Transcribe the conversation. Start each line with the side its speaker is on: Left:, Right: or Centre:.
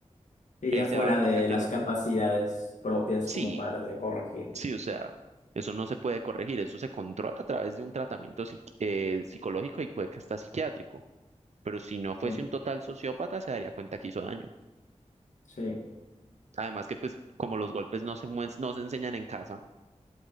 Left: Y
Right: Él
Left: ya
Right: se
Left: fuera
Right: va a dar cuenta
Left: de
Right: que
Left: las
Right: lo...
Left: capacidades propias
Right: Sí,
Left: como padre de corregir.
Right: sí, o sea, eso no se puede corregir, eso se controla a través de un tratamiento psiqui- eh, psicológico y puede que hasta psiquiátrico. Pero si no fuese
Left: Sí,
Right: un total sociópata, se daría cuenta que hizo daño.
Left: sí.
Right: Además que pues como los golpes no se mues- no se enseñan en casa,